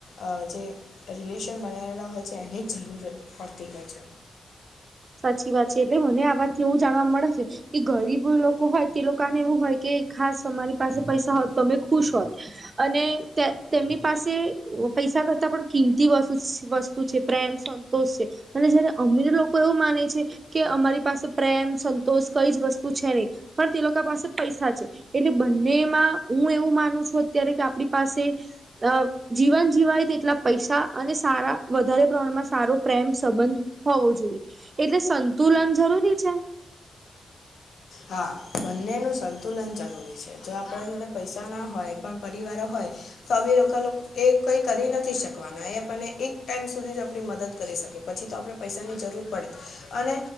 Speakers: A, on the left; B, on the right.
A: અ જે રિલેશન બનાવેલા હોય છે એની જ જરૂર પડતી હોય છે.
B: સાચી વાત છે એટલે મને આ વાતથી એવું જાણવા મળે છે. કે ગરીબ લોકો હોય તે લોકોને એવું હોય કે ખાસ અમારી પાસે પૈસા હોત તો અમે ખુશ હોત અને તે તેમની પાસે પૈસા કરતાં પણ કિંમતી વસ્તુ છે પ્રેમ સંતોષ છે. અને જયારે અમીર લોકો એવું માને છે કે અમારી પાસે પ્રેમ, સંતોષ કઈ જ વસ્તુ છે નહી પણ તે લોકો પાસે પૈસા છે. એટલે બંનેમાં હું એવું માનું છું અત્યારે કે આપણી પાસે અ જીવન જીવાય તેટલા પૈસા અને સારા વધારે પ્રમાણમાં સારો પ્રેમ સંબંધ હોવો જોઈએ એટલે સંતુલન જરૂરી છે.
A: હા બંનેનું સંતુલન જરૂરી છે જો આપણે જોડે પૈસા ના હોય પણ પરિવારો હોય તોી લોકો એ કઈ કરી નથી શકવાના એ આપને એક ટાઈમ સુધી જ આપણી મદદ કરી શકી પછી તો આપણે પૈસાની જરૂર પડે અને